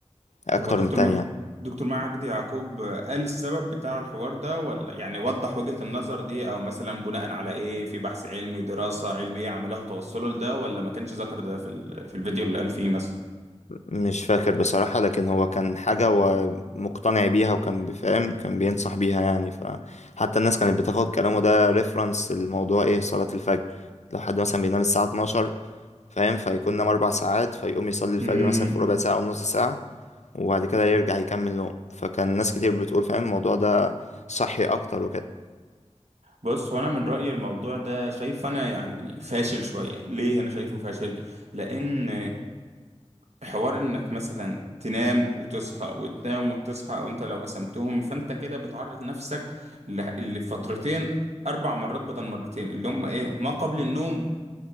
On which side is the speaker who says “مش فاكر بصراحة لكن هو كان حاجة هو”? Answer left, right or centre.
Left